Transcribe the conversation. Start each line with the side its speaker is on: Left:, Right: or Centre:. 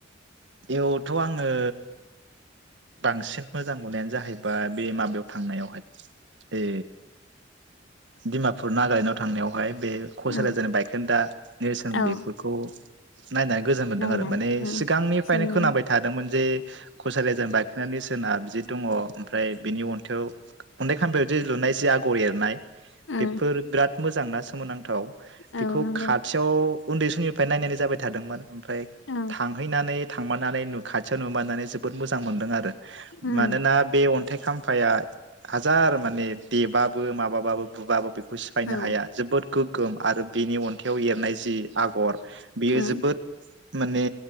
Right: इयावथ आङो बांसिन मोजां मोननायानो जाहैबाय बे माबायाव थांनायावहाय ए डिमापुर नागालेण्डआव थांनायावहाय बे कस
Left: उम
Right: राजानि बाइखोनदा नेरसोन
Left: औ
Right: बेफोरखौ नायनानै गोजोन मोनदों
Left: नायनानै
Right: आरो माने
Left: उम
Right: सिगांनिफ्रायनो
Left: जोंनि
Right: खोनाबाय थादोंमोन जे खसारिया जेनबा दा नेरसोना बिदि दङ ओमफ्राय बिनि अन्थाइाव अन्थाइ खामफायावदि लुनाय जि आगर एरनाय
Left: उम
Right: बेफोर बिराद मोजांना सोमोनांथाव।
Left: औ
Right: बेखौ
Left: नंगौ
Right: खाथियाव उन्दै समनि दा नायनाय जाबाय थादोंमोन। फ्राय
Left: औ
Right: थांहैनानै थांमानानै नु खाथियाव नुुमानानै जोबोद मोजां मोनदों आ रो
Left: उम
Right: मानोना बे अन थाय खाम्फाया हाजार माने देबाबो माबाबाबो बुबाबो बे बुसिफायनो
Left: औ
Right: हाया जोबोद गोगोम आरो बिनि अन्थायाइाव एरनाय जि आगर बेयो
Left: उम
Right: जोबोद माने